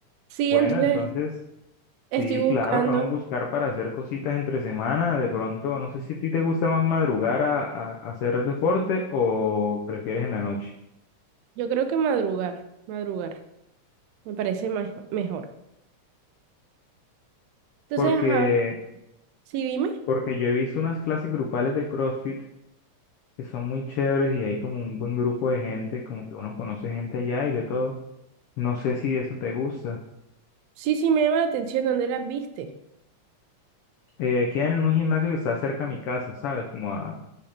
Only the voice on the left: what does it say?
Bueno,
entonces,
sí,
claro, podemos buscar para hacer cositas entre semana. De pronto, no sé si a ti te gusta más madrugar a, a- a hacer deporte o prefieres en la noche.
Porque,
porque yo he visto unas clases grupales de CrossFit que son muy chéveres y hay como un buen grupo de gente, como que uno conoce gente allá y de todo. No sé si eso te gusta.
Eh, quedan en un gimnasio que está cerca a mi casa, ¿sabes? Como a